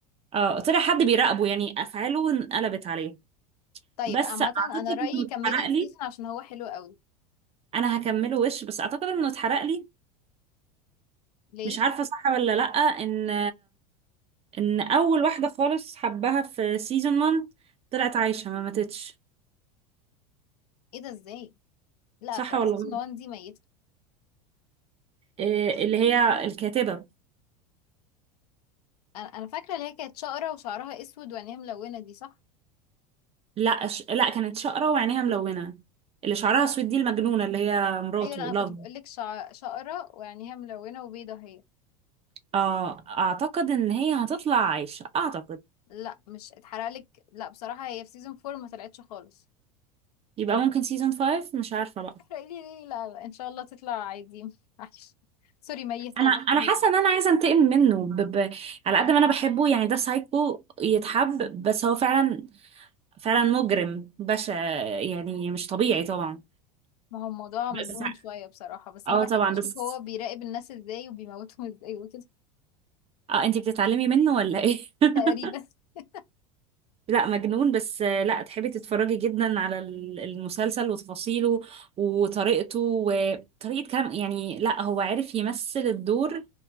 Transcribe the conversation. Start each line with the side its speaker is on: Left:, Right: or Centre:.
Right: اه طلع حد بيراقبه يعني افعاله انقلبت عليه
Left: طيب
Right: بس
Left: عامة
Right: اعتقد
Left: انا رأيي
Right: انه
Left: كملي
Right: اتحرق
Left: السيزون
Right: لي
Left: عشان هو حلو قوي
Right: انا هكمله وش بس اعتقد انه اتحرق لي
Left: ليه
Right: مش عارفة صح ولا لأ ان ان اول واحده خالص حبها في سيزون 1 طلعت عايشه ما ماتتش
Left: ايه ده ازاي لا
Right: صح
Left: بتاع
Right: ولا
Left: سيزون
Right: غلط
Left: 1 دي ميتة
Right: إيه اللي هي الكاتبه
Left: انا انا فاكرة اللي هي كانت شقرة وشعرها اسود وعينيها ملونة دي صح
Right: لا ش... لا كانت شقره وعينيها ملونه اللي شعرها اسود دي المجنونه اللي هي مراته
Left: ايوه لا انا
Right: لاف
Left: كنت بقول لك شع... شقرة وعينيها ملونة وبيضة هي
Right: آه اعتقد ان هي هتطلع عايشه اعتقد
Left: لا مش اتحرق لك لا بصراحة هي في سيزون 4 ما طلعتش خالص
Right: يبقى ممكن سيزون 5 مش عارفه بقى
Left: احرقي لي ليه لا, لا ان شاء الله تطلع عادي <laughs> معلش. سوري ميتة
Right: انا
Left: زي
Right: انا
Left: ما
Right: حاسه
Left: هي
Right: ان انا عايزه انتقم منه ب... ب... على قد ما انا بحبه يعني ده سايكو يتحب بس هو فعلا فعلا مجرم بشع يعني مش طبيعي طبعا
Left: ما هو الموضوع مجنون
Right: بس
Left: شوية بصراحة بس
Right: اه
Left: أنا بحب
Right: طبعا
Left: أشوف
Right: بس
Left: هو بيراقب الناس إزاي وبيموتهم إزاي <laughs> وكده
Right: اه انتي بتتعلمي منه ولا ايه <laughs>
Left: تقريبا <laughs>
Right: لا مجنون بس آه، لا تحبي تتفرجي جدا على ال- المسلسل وتفاصيله وطريقته وطريقة كلام يعني لا هو عارف يمثل الدور